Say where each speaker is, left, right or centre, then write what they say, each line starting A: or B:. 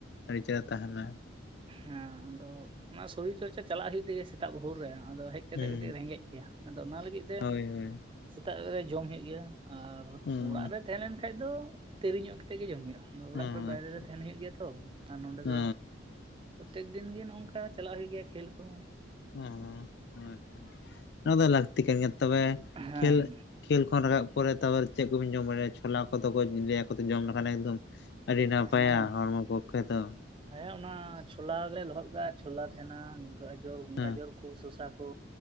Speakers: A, on the left; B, on the right.
A: ᱟᱹᱰᱤ ᱪᱮᱦᱮᱨᱟ ᱛᱟᱦᱮᱱᱟ ᱾
B: ᱦᱮᱸ ᱟᱫᱚ ᱚᱱᱟ ᱥᱚᱨᱤᱨ ᱪᱚᱨᱪᱟ ᱪᱟᱞᱟᱜ ᱦᱩᱭᱩᱜ ᱛᱮᱜᱮ ᱥᱮᱛᱟᱜ ᱵᱷᱳᱨ ᱨᱮ ᱟᱫᱚ ᱦᱮᱡ ᱠᱟᱛᱮ
A: ᱦᱩᱸ
B: ᱠᱟᱹᱴᱤᱡ ᱨᱮᱸᱜᱮᱡ ᱜᱮᱭᱟ ᱟᱫᱚ ᱚᱱᱟ ᱞᱟᱹᱜᱤᱫ ᱛᱮ
A: ᱦᱳᱭ ᱦᱳᱭ
B: ᱥᱮᱛᱟᱜ ᱨᱮ ᱡᱚᱢ ᱦᱩᱭᱩᱜ ᱜᱮᱭᱟ ᱟᱨ
A: ᱦᱩᱸ
B: ᱚᱲᱟᱜ ᱨᱮ ᱛᱟᱦᱮᱸ ᱞᱮᱱ ᱠᱷᱟᱡ ᱫᱚ ᱫᱮᱨᱤ ᱧᱚᱜ ᱠᱟᱛᱮᱫ ᱜᱮ ᱡᱚᱢ ᱦᱩᱭᱩᱜᱼᱟ ᱾ ᱚᱲᱟᱜ
A: ᱚ
B: ᱠᱷᱚᱡ ᱵᱟᱭᱨᱮ
A: ᱟᱪᱪᱷᱟ
B: ᱨᱮ ᱛᱟᱦᱮᱱ
A: ᱟᱪᱪᱷᱟ
B: ᱦᱳᱭᱳᱜ ᱜᱮᱭᱟ ᱛᱚ ᱟᱨ ᱱᱚᱰᱮ
A: ᱚ
B: ᱫᱚ ᱯᱨᱚᱛᱛᱮᱠ ᱫᱤᱱ ᱜᱮ ᱱᱚᱝᱠᱟ ᱪᱟᱞᱟᱜ ᱦᱩᱭᱩᱜ ᱜᱮᱭᱟ ᱠᱷᱮᱞ ᱠᱩ
A: ᱚ ᱟᱪᱪᱷᱟ ᱱᱚᱣᱟ ᱫᱚ ᱞᱟᱹᱠᱛᱤ ᱠᱟᱱ ᱜᱮᱭᱟ ᱛᱚᱵᱮ,
B: ᱦᱮᱸ
A: ᱠᱷᱮᱞ ᱠᱷᱮᱞ ᱠᱷᱚᱱ ᱨᱟᱠᱟᱵ ᱯᱚᱨᱮ ᱛᱚᱵᱮ ᱪᱮᱫ ᱠᱚᱵᱤᱱ ᱡᱚᱢ ᱵᱟᱲᱟᱭᱟ ᱪᱷᱚᱞᱟ ᱠᱚᱫᱚ ᱠᱚ ᱞᱟᱹᱭᱟ ᱟᱠᱚ ᱛᱚ ᱡᱚᱢ ᱞᱮᱠᱷᱟᱱ ᱮᱠᱫᱚᱢ ᱟᱹᱰᱤ ᱱᱟᱯᱟᱭᱟ
B: ᱦᱮᱸ
A: ᱦᱚᱲᱢᱚ ᱯᱚᱠᱠᱷᱮ ᱫᱚ ᱾
B: ᱦᱮᱸ ᱚᱱᱟ ᱪᱷᱳᱞᱟ ᱜᱮᱞᱮ ᱞᱚᱦᱚᱫ ᱠᱮᱫᱟᱜᱼᱟ ᱪᱷᱳᱞᱟ ᱛᱟᱦᱮᱱᱟ ᱜᱟᱡᱚᱨ,
A: ᱦᱮᱸ
B: ᱜᱟᱡᱚᱨ ᱠᱚ ᱠᱚ ᱥᱚᱥᱟ ᱠᱚ